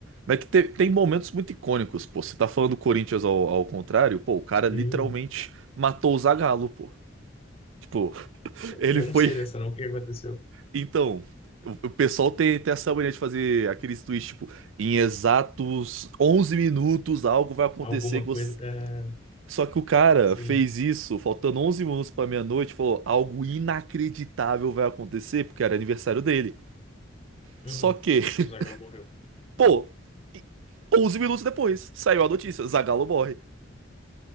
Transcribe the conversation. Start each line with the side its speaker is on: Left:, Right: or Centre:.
Right: Mas é que te- tem momentos muito icônicos, pô. Você tá falando do Corinthians ao, ao contrário, pô, o cara
Left: sim.
Right: literalmente matou o Zagallo, pô. Tipo, <laughs> ele
Left: Eu
Right: foi
Left: não sei dessa não, o que aconteceu?
Right: Então, o, o pessoal tem, tem essa mania de fazer aqueles tweets, tipo, em exatos 11 minutos algo vai acontecer.
Left: Alguma
Right: que você-
Left: coisa, é,
Right: Só que o cara
Left: sim.
Right: fez isso, faltando 11 minutos pra meia-noite, falou, algo inacreditável vai acontecer, porque era aniversário dele. Só
Left: Uhum.
Right: que, <laughs>
Left: E o Zagal morreu.
Right: pô, 11 minutos depois, saiu a notícia, Zagallo morre.